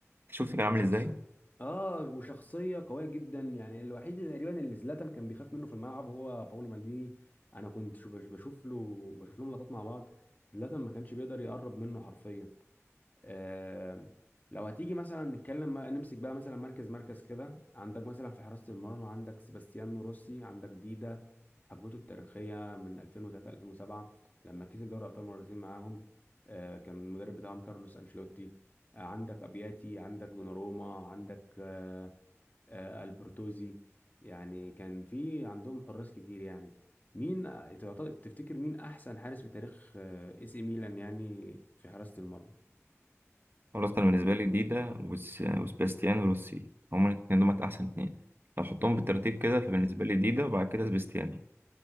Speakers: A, on the right; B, on the left.
A: شفت
B: وشخص
A: كان عامل ازاي
B: اه وشخصيه قويه جدا يعني الوحيد اللي تقريبا اللي زلاتان كان بيخاف منه في الملعب هو باولو مالديني انا كنت شو- بش- بشوف له بشوف لهم لقطات مع بعض زلاتان ما كانش بيقدر يقرب منه حرفيا آه، لو هتيجي مثلا نتكلم نمسك بقى مثلا مركز مركز كده عندك مثلا في حراسة المرمى عندك سيباستيانو روسي عندك ديدا حقبته التاريخية من 2003 2007 لما كسب دوري أبطال مرتين معاهم آه، كان المدرب بتاعهم كارلوس أنشيلوتي آه، عندك أبياتي عندك دوناروما عندك آه، آه، ألبرتوزي يعني كان في عندهم حراس كتير يعني مين آه، تعتقد- تفتكر مين أحسن حارس في تاريخ آه، اي سي ميلان يعني في حراسة المرمى؟
A: خلاص انا بالنسبه لي ديدا وس... وسباستيانو روسي هما الاثنين دول احسن اثنين لو حطهم بالترتيب كده فبالنسبه لي ديدا وبعد كده سباستيانو